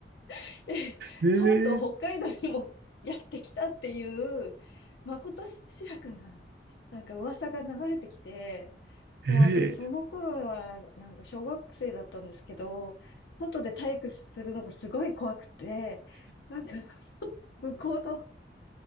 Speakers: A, on the left; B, on the right.
A: <laughs> で、
B: えー、
A: とうとう北海道にもやってきたっていう、まことしやかな、なんか噂が流れてきて、もう私、
B: え
A: その頃は、なんか小学生だったんですけど、外で体育するのがすごい怖くて、なんか、<laughs> 向こうの、